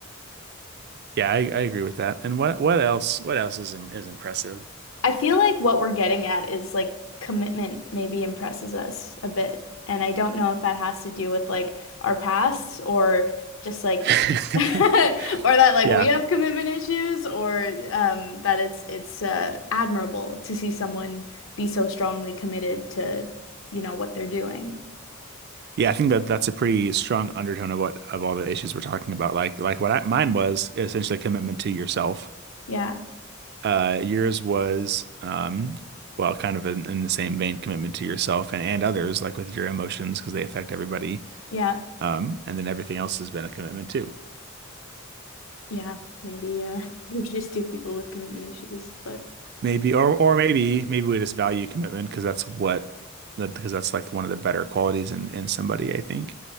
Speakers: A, on the right; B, on the left.
A: Yeah, I, I agree with that. And what what else what else is im- is impressive?
B: I feel like what we're getting at is like commitment maybe impresses us a bit. And I don't know if that has to do with like our pasts or just like
A: <laughs>
B: <laughs> or that like
A: Yeah.
B: we have commitment issues or um that it's it's uh admirable to see someone be so strongly committed to, you know, what they're doing.
A: Yeah, I think that that's a pretty strong undertone of what of all the issues we're talking about. Like like what I, mine was essentially commitment to yourself
B: Yeah.
A: Uh, yours was, um, well, kind of in, in the same vein, commitment to yourself and, and others, like with your emotions, because they affect everybody.
B: Yeah.
A: Um, and then everything else has been a commitment too.
B: Yeah. Maybe uh <laughs> we're just two people with commitment issues, but
A: Maybe, or or maybe maybe we just value commitment because that's what that because that's like one of the better qualities in in somebody, I think.